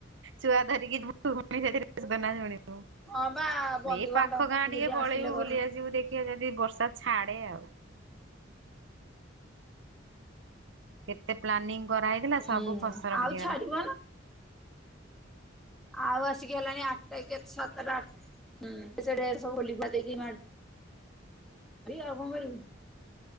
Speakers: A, on the right; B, in the centre.
A: ଛୁଆ ଧରିକି <inaudible> ଶୁଣିବୁ।
B: ହଁ ବା ବନ୍ଧୁବାନ୍ଧବ
A: ଏଇ ପାଖ
B: ପୁଣି
A: ଗାଁ
B: ଯଦି
A: ଟିକେ ପଳେଇବୁ
B: ଆସିଲେ ଘର
A: ବୁଲି ଆସିବୁ ଦେଖିଆ ଯଦି ବର୍ଷା ଛା ଏ ଆଉ। କେତେ ପ୍ଲାନିଂ କରାହେଇଥିଲା ସବୁ
B: ହୁଁ
A: ଫସର
B: ଆଉ
A: ଫାଟିଗଲା।
B: ଛାଡିବ ଆଉଆସିକି ହେଲାଣି ଆଠଟା କି ସତାଟା ଆଠ ହୁଁ ସେଠି ସବୁ <inaudible> ଏଠି ବସିଛନ୍ତି ଆଉ କଣ କରିବି।